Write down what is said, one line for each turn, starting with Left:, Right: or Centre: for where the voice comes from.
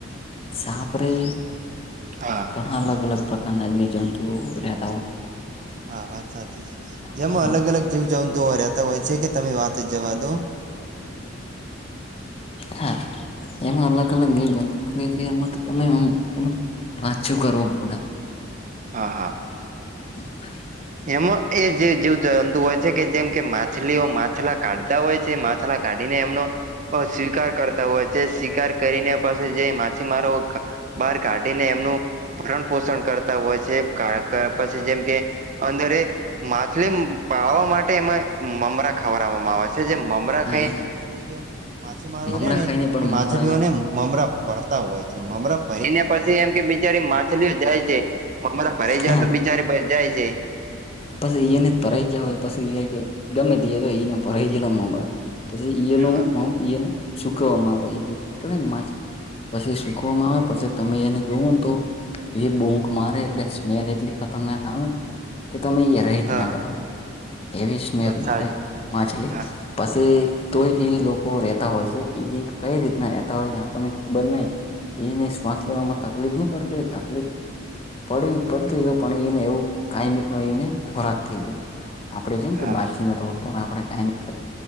Left: સાપ રે
Right: હા
Left: ઘણા અલગ અલગ પ્રકારના જીવજંતુઓ રહેતા હોય
Right: હા વાત સાચી છે જેમાં
Left: હા
Right: અલગ અલગ જીવ જંતુઓ રહેતા હોય છે કે તમે વાત જ જવા દો
Left: હા એમાં અલગ અલગ જે એમાં તમે વાચ્યું કર પ
Right: હા હા
Left: હ
Right: એમાં એ જે જેવ જંતુ હોય છે કે જેમ કે માછલીઓ માછલા કાઢતા હોય છે કાઢીને એમનો સ્વીકાર કરતા હોય છે સ્વીકાર કરીને પછી જે માછીમારો બહાર કાઢીને એમનું ભરણ પોષણ કરતા હોય છે કે ર પછી જેમ કે અંદરે માછલી પાળવા માટે એમાં મમરા ખવડવામાં આવે છે જે મમરા
Left: હા
Right: ખાઈ
Left: એના
Right: પછ માછીમારો
Left: મમરા
Right: રહ્યા ને
Left: ખાઈને પણ
Right: એ માછલીઓને
Left: મમરા
Right: મમરા ફરતા હોય છે મમરા ફરીને પછી એમ કે બિચારી માછલીઓ જાય છે મમરા ફઈ જાય
Left: હા
Right: તો બિચારી જાય છે
Left: પછી એને જ ભરાઈ ગયા હોય પછી ગમે તે તો એને ભરાઈ ગયેલા મમરા પછી ઈ
Right: હા
Left: ન આમ ને સુકવવામાં આવે નીકળે ને માછલી પછી સુખવામાં આવે પછી તમે એને જોવો ને તો એ બૂંક મારે એટલે સ્મેલ એટલી ખતરનાક આવે ને. કે તમે એયા રહી જ
Right: હા
Left: ના કરવા, એવી સ્મેલ
Right: વાત
Left: મારે
Right: સાચી
Left: માછલી.
Right: હા
Left: પછી તો એ લોકો રહેતા હોય છે, એ કઈ રીતના રહેતા હોય છે, આપણને ખબર નહીં. એને શ્વાસ લેવામાં તકલીફ નહીં પડતી હોય, તકલીફ? પડવી પડતી હોય, પણ એને એવું કાયમી. એને ખોરાક થઈ જાય, આપડે જેમ
Right: હા
Left: કે બાજરીનો રોટલો આપણે ખાઈએ.